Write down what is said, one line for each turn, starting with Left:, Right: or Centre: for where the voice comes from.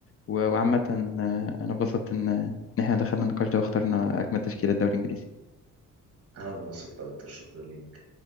Left: و- وعامة آه، أنا اتبسطت إن إن إحنا دخلنا النقاش ده واخترنا أجمل تشكيلة الدوري الإنجليزي
Right: انا اتبسطت اكتر شكرا ليك